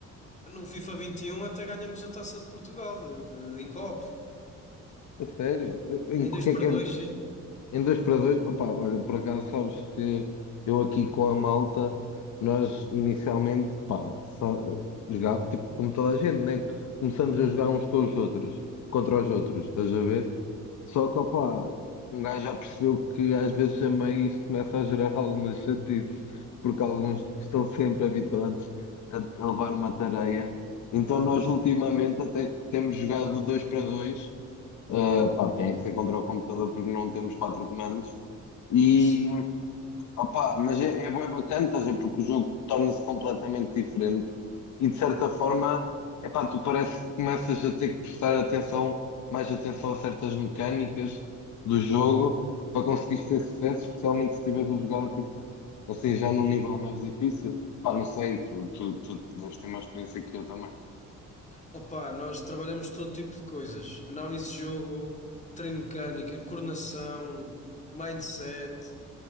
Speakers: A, on the left; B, on the left.
A: no FIFA 21 até ganhamos a Taça de Portugal de, de- em copo,
B: a sério, em
A: em
B: qualquer
A: 2 para 2, sim,
B: Em dois para dois, opa, olha, por acaso sabes que eu aqui com a malta, nós inicialmente, pá, só, eh, jogar, tipo, como toda a gente, né? Começamos a jogar uns com os outros, contra os outros, estás a ver? Só que, opa, um gajo já percebeu que às vezes a meio isso começa a gerar <laughs> algumas chatices, porque alguns que estão sempre habituados a, a levar uma tareia. Então nós ultimamente até temos jogado dois para dois, ah, pá, tem é que ser contra o computador porque não temos quatro comandos. E
A: isso.
B: opá, mas é, é bué bacana, estás a ver, porque o jogo torna-se completamente diferente e de certa forma, epá, tu parece que começas a ter que prestar atenção, mais atenção a certas mecânicas do jogo para conseguires ter sucesso, especialmente se estiveres a jogar tipo, assim já num nível mais difícil. Pá, não sei, tu, tu, tu deves ter mais experiência que eu também.
A: Opa, nós trabalhamos todo tipo de coisas: análise de jogo, treino mecânica, coordenação, mindset.